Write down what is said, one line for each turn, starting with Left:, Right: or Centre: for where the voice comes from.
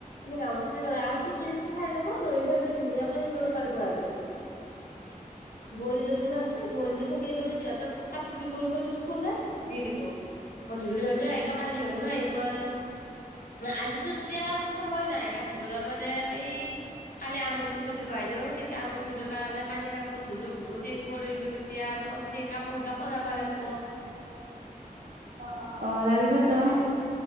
Left: এনে গামোচাই আম পিটি চিটি চাই ল'ব লৈ ফেলে ধুনীয়া সেই কৰিব পাৰব আৰু। বৈনীজনীও আছে বৈনীজনী থাকেফালে সিহঁতে কাটি দিব কৈছো কলে দি দিব। গধূলি হলেও আহিব কালি
Right: অ
Left: হলেও
Right: অ
Left: আহিব
Right: অ
Left: আৰু আজি চোন দিয়াৰ সময় নাই কাটি বতাৰ মানে এই কালি আঙুঠি সুধো বাইদেউ সেই আঙুঠি সুধো কাৰণে কানি কাপোৰ ধুলো বহুত সেই কৰিলো এতিয়া আৰু ঠিক কাপোৰবিলাক কৰাব লাগব
Right: অ অ লাগিবতো